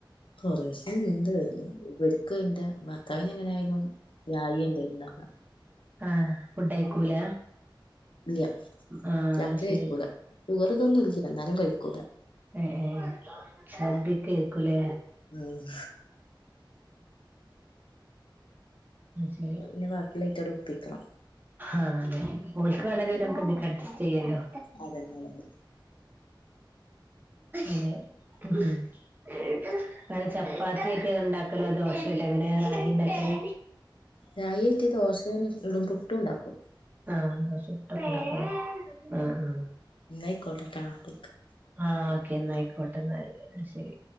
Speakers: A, on the left; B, on the right.
A: കോറേശെ ഇണ്ട് ഇവര്ക്ക് ഇന്റെ ഭർത്താവിനെ എങ്ങനെ ആയാലും രായി എന്തേലും ഇണ്ടാക്കണം
B: ആഹ്‌ ഫുഡയിക്കൂല
A: ഇല്ല്യ
B: ആഹ്
A: രാത്രി
B: അയ്ശരി
A: കഴിക്കൂല ഷുഗർ ഇതൊന്നും ഇല്ല്യ എന്നാലും കഴിക്കൂല
B: ഏഹ്‌ ഏഹ് സദ്യക്കെ ഏര്ക്കും ലെ
A: ഉം
B: ശരി
A: അപ്പൊ പിന്നെ വാക്കിള്ള ഐറ്റോടെ ഒപ്പിക്കണം
B: ആലെ ഓല്ക്ക് വേണ്ടേല് പിന്നെ നമുക്ക് എന്തിനാ അഡ്ജസ്റ്റ് ചെയ്യല്ലോ
A: അതന്നെ അതന്നെ.
B: അതേ <inaudible> അങ്ങനെ ചപ്പാത്തിആക്കിട്ടാ ഇണ്ടാക്കല് ദോശായിട്ടോ എങ്ങനെ റാഗി ഇണ്ടാക്കല്
A: റായി ഏറ്റ് ദോശേം ഇടും പുട്ടും ഇണ്ടാക്കും
B: ആ ദോശ പുട്ട് ഒക്കെ ഇണ്ടാക്കും ലെ ആഹ്‌
A: ഇന്നാ അയ്കോട്ടെട്ടാ വിളിക്കാ
B: ആഹ്‌ ഓക്കെ ഇന്നായിക്കോട്ടെ ഇന്നാല് ശരി